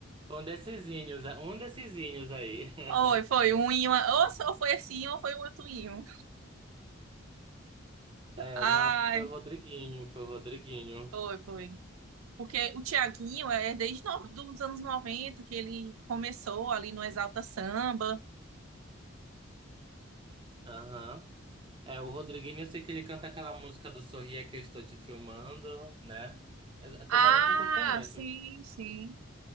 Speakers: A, on the right (about 25°); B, on the right (about 85°).
A: foi um dessesinhos, é, um dessesinhos aí. <laughs>
B: Foi, foi um e uma. Ou só foi assim, ou foi o outro em um.
A: É,
B: Ai,
A: não, acho que foi o Rodriguinho, foi o Rodriguinho.
B: foi, foi. Porque o Thiaguinho é desde os anos 90 que ele começou ali no Exalta Samba.
A: Aham. É, o Rodriguinho, eu sei que ele canta aquela música do Sorria que eu estou te filmando, né? Essa é também
B: Ah,
A: a única que eu conheço.
B: sim, sim.